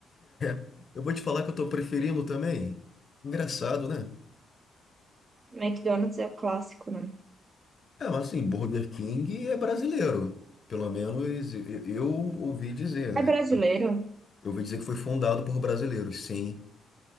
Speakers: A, on the left; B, on the right.
A: <laughs> Eu vou te falar que eu tô preferindo também. Engraçado, né?
B: McDonald's é o clássico, né?
A: É, mas assim, Burger King é brasileiro. Pelo menos eu eu ouvi dizer, né?
B: É brasileiro?
A: Eu ouvi dizer que foi fundado por brasileiros, sim.